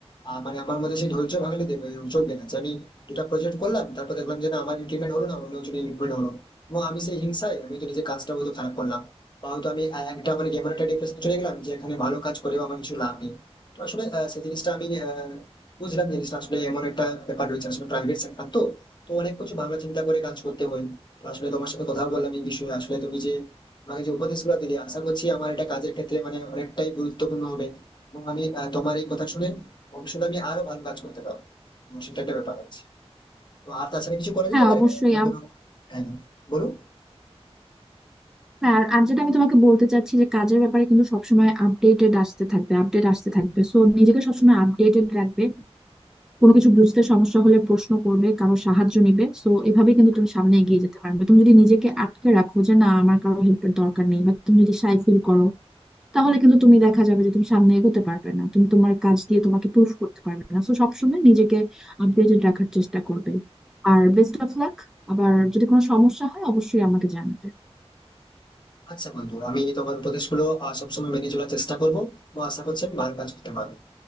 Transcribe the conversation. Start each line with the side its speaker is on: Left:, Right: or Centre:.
Left: আহ, মানে আমার মধ্যে সেই ধৈর্য ভাঙলে দেবে চলবে না যে আমি দুটা প্রজেক্ট করলাম তারপর দেখলাম যে না আমার ইমপ্লিমেন্ট হলো না অন্য জনের ইমপ্লিমেন্ট হলো এবং আমি সেই হিংসায় আমি তো নিজের কাজটা হয়তো খারাপ করলাম বা হয়তো আমি আহ, একটা মানে এমন একটা ডিপ্রেশন চলে গেলাম যে এখানে ভালো কাজ করেও আমার কিছু লাভ নেই তো আসলে আহ, সেই জিনিসটা আমি আহ, বুঝলাম যে জিনিসটা আসলে এমন একটা ব্যাপার রয়েছে আসলে প্রাইভেট সেক্টর তো তো অনেক কিছু ভাবনা চিন্তা করে কাজ করতে হয় তো আসলে তোমার সাথে কথা বললাম এই বিষয়ে আসলে তুমি যে আমাকে যে উপদেশগুলো দিলে আশা করছি আমার এটা কাজের ক্ষেত্রে মানে অনেকটাই গুরুত্বপূর্ণ হবে এবং আমি আহ, তোমার এই কথা শুনে ভবিষ্যতে আমি আরো ভালো কাজ করতে পারবো আমার সেটা একটা ব্যাপার আছে তো আর তাছাড়া কিছু করা
Centre: হ্যাঁ
Left: যেতে পারে
Centre: অবশ্যই
Left: মানে অন্য
Centre: আম-
Left: কোনো হ্যাঁ বলো
Centre: আর আর যেটা আমি তোমাকে বলতে চাচ্ছি যে কাজের ব্যাপারে কিন্তু সবসময় আপডেটেড আসতে থাকবে আপডেট আসতে থাকবে সো নিজেকে সবসময় আপডেটেড রাখবে কোনো কিছু বুঝতে সমস্যা হলে প্রশ্ন করবে কারো সাহায্য নেবে সো এভাবে কিন্তু তুমি সামনে এগিয়ে যেতে পারবে তুমি যদি নিজেকে আটকে রাখো যে না আমার কারো হেল্পের দরকার নেই বা তুমি যদি সাই ফিল করো তাহলে কিন্তু তুমি দেখা যাবে যে তুমি সামনে এগোতে পারবে না তুমি তোমার কাজ দিয়ে তোমাকে প্রুফ করতে পারবে না তো সবসময় নিজেকে আপডেটেড রাখার চেষ্টা করবে আর বেস্ট অফ লাক আবার যদি কোনো সমস্যা হয় অবশ্যই আমাকে জানাবে
Left: আচ্ছা বন্ধু আমি তোমার উপদেশগুলো আহ, সবসময় মেনে চলার চেষ্টা করবো এবং আশা করছি আমি ভালো কাজ করতে পারবো